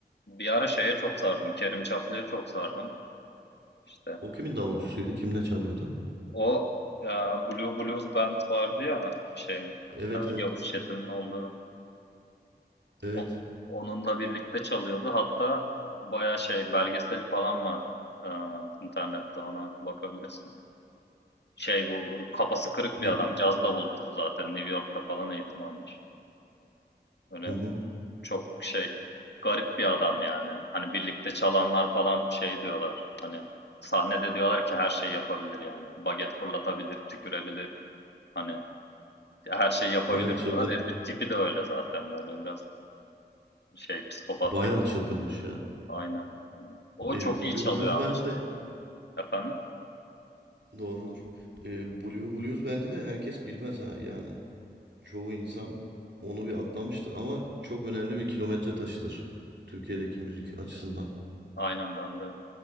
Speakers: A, on the left (about 75°); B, on the right (about 85°).
A: bir ara şeye çok sardım. Kerim Çaplı'ya çok sardım. İşte
B: O kimin davulcusuydu? Kimle çalıyordu?
A: o e, Blue Blues Band vardı ya şey e,
B: Evet evet.
A: Yavuz Çetin'in olduğu
B: Evet.
A: O- onunla birlikte çalıyordu. Hatta baya şey belgeseli falan var e, internette ona bakabilirsin. Şey bu kafası kırık
B: Bir
A: bir adam caz davulcusu zaten New York'ta falan eğitim almış. Böyle
B: hı hı.
A: çok şey garip bir adam yani. Hani birlikte çalanlar falan şey diyorlar hani sahnede diyorlar ki her şeyi yapabilir yani. Baget fırlatabilir, tükürebilir. Hani Ya her şeyi yapabilir
B: Bayağı çılgın.
A: diyorlar. Herifin tipi de öyle zaten böyle biraz şey psikopat
B: Bayağı
A: gibi.
B: çılgınmış ya.
A: Aynen. O
B: E,
A: çok
B: Blue
A: iyi çalıyor
B: Blues
A: ama
B: Band'i
A: şey.
B: de
A: Efendim?
B: Doğrudur. Ee, Blue Blues bende de herkes bilmez ha yani. Çoğu insan onu bir atlamıştır ama çok önemli bir kilometre taşıdır Türkiye'deki müzik açısından.
A: Aynen ben de